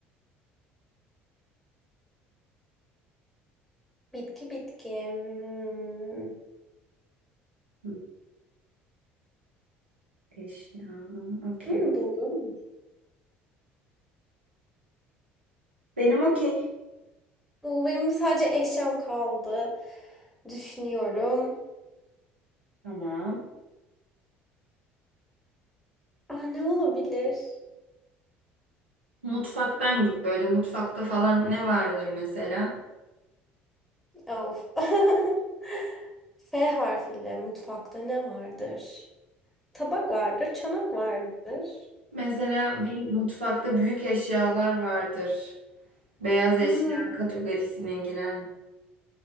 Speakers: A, in the centre; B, on the right.
A: Bitki bitki. Hmm.
B: Hı, Eşya. Okey.
A: Hmm, buldum.
B: Benim okey.
A: bu benim sadece eşyam kaldı. Düşünüyorum.
B: Tamam.
A: Aa, ne olabilir?
B: Mutfaktan git böyle mutfakta falan ne vardır mesela?
A: Of. <laughs> F harfiyle mutfakta ne vardır? Tabak vardır, çanak vardır.
B: Mesela bir mutfakta büyük eşyalar vardır. Beyaz eşya
A: Hmm,
B: kategorisine giren.